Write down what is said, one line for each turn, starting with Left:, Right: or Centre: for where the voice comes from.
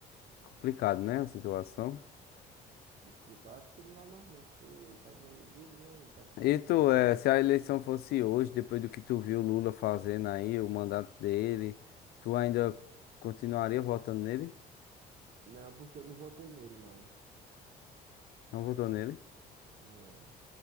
Left: Complicado, né? A situação.
Right: Disputar, acho que não vai mais não, porque tá inelegível, né? E tá p-
Left: E tu,
Right: pelo aquele...
Left: é, se a eleição fosse hoje, depois do que tu viu o Lula fazendo aí, o mandato dele, tu ainda continuaria votando nele?
Right: Não, porque eu não votei nele, não.
Left: Não votou nele?
Right: Não.